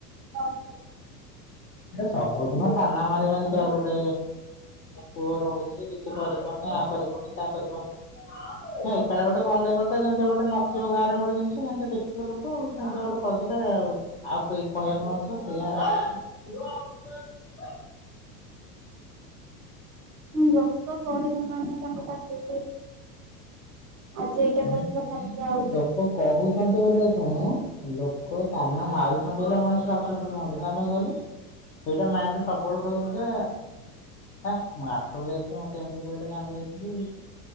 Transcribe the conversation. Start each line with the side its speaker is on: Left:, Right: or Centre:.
Right: ଆଣିଲ?
Left: ସବୁଦିନ ତାନା ମାରି ମାରିକା ଗୋଟେ ପୁଅ ରହୁଛି କିଛି କରିପାରୁନି ଆ କରିପାରୁନି ତା କରିପାରୁନି ଏକାଳେ ଗୋଟେ ଭଲ କରିଦେ ଯେମିତି ଗୋଟେ ନଖିବ ଗାଁରେ ଗୋଟେ ଜିନିଷ ଯେମିଟି ଦେଖିବେ ଲୋକ ସେମିତିଆ ଗୋଟେ କରିଦେଲେ ଆଉ କେହି କହିବାକୁ ନଥିବେ ସେଇଆହେଲା କଥା <inaudible>
Right: ହଁ ଲୋକ କହିବ ମାନେ ତାଙ୍କ ପାଟି। ଆଜି ଏଇଟା
Left: ମାନେ
Right: କଲୁ କାଲି
Left: ଲୋକ କହୁଛନ୍ତି ବୋଲି ଶୁଣୁ ଲୋକ ତାନା ମାରୁଛନ୍ତି ବଲେ ମଣିଷ ସକ୍ସେସଫୁଲ ହୁଅନ୍ତି କା ପାଇଁ କହିଲୁ ଏଇଟା ମାଇଣ୍ଡରେ ସବୁବେଳେ ରହିବ ଯେ ଆ ମୁଁ ଆର ଥର ଯାଇଥିଲି ମତେ ଏମିତି କହିଲେ ଗାଁ କୁ ଯାଇଥିଲି